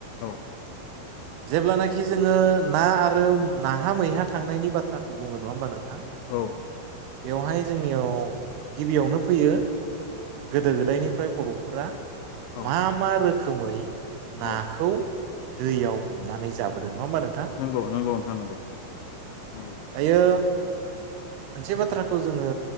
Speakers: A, on the left; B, on the right.
A: औ।
B: जेब्लानाखि जोङो। ना आरो नाहा मैहा थांनायनि बाथ्राखौ बुङो नङा होमबा नोंथां।
A: औ।
B: बेवहाय जोंनियाव गिबियावनो फैयो गोदो‌ गोदायनिफ्राय बर'फोरा।
A: औ
B: मा मा रोखो खोमै
A: औ
B: नाखौ दैयाव हमनानै जाबोदों नङा होमबा नों
A: नोंगौ नोंगौ नोंथा नोंगौ नोंगौ
B: दायो मोनसे बाथ्राखौ जोङो